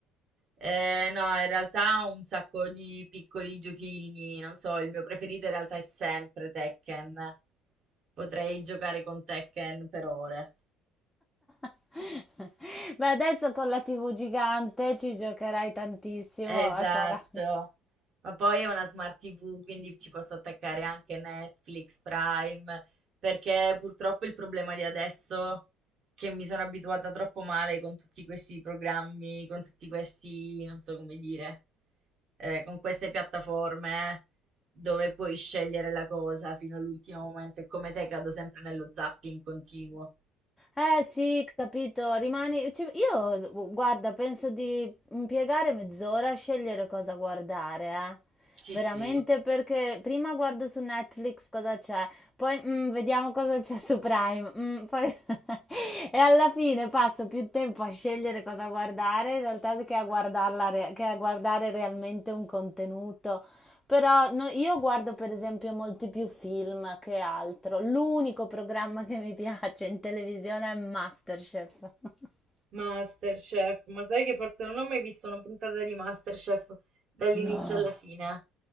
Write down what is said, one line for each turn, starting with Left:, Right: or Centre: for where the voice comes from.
Right: Eh, no, in realtà ho un sacco di piccoli giochini, non so, il mio preferito in realtà è sempre Tekken. Potrei giocare con Tekken per ore.
Centre: <laughs> Beh, adesso con la TV gigante ci giocherai tantissimo.
Right: Esatto.
Centre: Sarà...
Right: Ma poi è una smart TV, quindi ci posso attaccare anche Netflix, Prime, perché purtroppo il problema di adesso è che mi sono abituata troppo male con tutti questi programmi, con tutti questi, non so come dire. eh, con queste piattaforme eh, dove puoi scegliere la cosa fino all'ultimo momento e come te cado sempre nello zapping continuo.
Centre: Eh sì, capito, rimani... ci- Io, guarda, penso di impiegare mezz'ora a scegliere cosa guardare, eh.
Right: Sì,
Centre: Veramente
Right: sì.
Centre: perché prima guardo su Netflix cosa c'è, poi mm, vediamo cosa c'è su Prime, mm, poi- <laughs> e alla fine passo più tempo a scegliere cosa guardare in realtà che a guardarla re- che a guardare realmente un contenuto. Però no- io guardo per esempio molti più film che altro. L'unico programma che mi piace in televisione è MasterChef. <laughs>
Right: Masterchef, ma sai che forse non ho mai visto una puntata di Masterchef dall'inizio
Centre: No,
Right: alla fine?